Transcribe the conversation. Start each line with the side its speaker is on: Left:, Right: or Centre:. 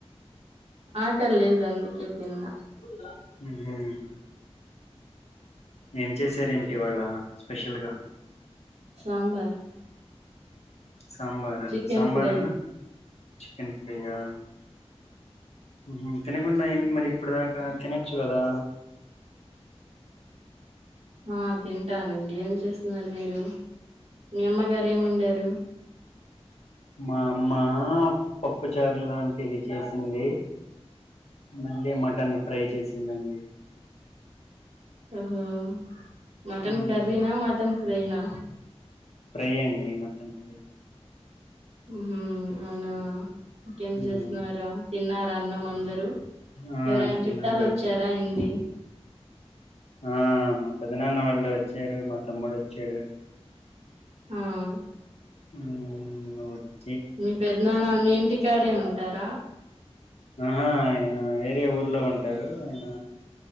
Right: ఆట లేదు అందుకే
Left: అవు
Right: తిన్నా
Left: హ్మ్ హు ఏం చేసారేంటి ఇవాళ్ళ స్పెషల్గా
Right: సాంబార్
Left: సాంబార్ అ
Right: చికెన్
Left: సాంబారేనే
Right: ఫ్రై
Left: చికెన్ ఫ్రై ఆహ్ హ్మ్ హు తినకుండా ఏంటి మరి ఇప్పుటి దాకా తినొచ్చు కదా
Right: ఆ తింటానండి ఏం చేస్తున్నారు మీరు మీ అమ్మగారు ఏం వండారు
Left: మా అమ్మా పప్పుచారు లాంటిది చేసింది మళ్ళీ మటన్ ఫ్రై చేసిందండి.
Right: హా మటన్
Left: ఉమ్
Right: కర్రీనా మటన్. ఫ్రైనా
Left: ఫ్రై అండి మటన్ ఫ్రై.
Right: హ్మ్ హు అవునా ఇకేం చేస్తున్నారా
Left: ఉమ్
Right: తిన్నార్ అన్నమందరు
Left: ఆ
Right: ఎవరైనా
Left: తిన్నామండి
Right: చుట్టాలు వచ్చారా ఏంది
Left: ఆహ్ మా పెద్దనాన్న వాళ్ళు వచ్చారు మా తమ్ముడు వచ్చాడు
Right: ఆహ్
Left: ఉం
Right: మీ పెద్దనాన్న మీ ఇంటికాడే ఉం టార
Left: ఆహా ఆయన వేరే ఊర్లో ఉంటారు ఆయన